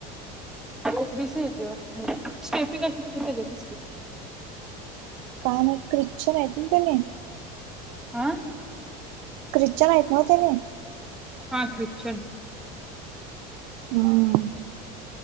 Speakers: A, in the centre; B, on the right.
A: ओ बी सी येतय वाटत त्याचं स्टेपी काय <unintelligible>
B: काय माहीत ख्रिश्चन आहेत ना त्यांनी?
A: आ.
B: ख्रिश्चन आहेत नव्ह त्यांनी
A: हा ख्रिश्चन
B: हां.